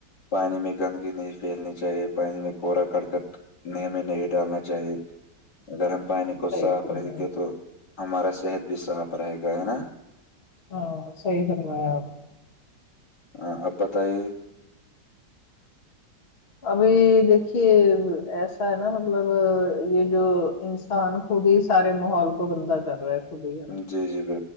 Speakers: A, on the left (about 65°); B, on the left (about 40°).
A: پانی میں گندگی نہیں پھیلنی چاہیے پانی میں کورا ککٹ نی میں نہیں ڈالنا چاہیے گرم پانی کو
B: صحیح
A: صاف
B: فرمایا
A: رہے گے تو ہمارا صحت بھی صاف رہے گا ہے نا
B: ہاں سی فرمایا آپ نے
A: ہاں اپ بتائی
B: ابھی دیکھیے ایسا ہے نا مطلب یہ جو ان نقان خود ہی سار ماحول کو گندا کر رہا ہے خود ہی ہےا
A: جی جی بھ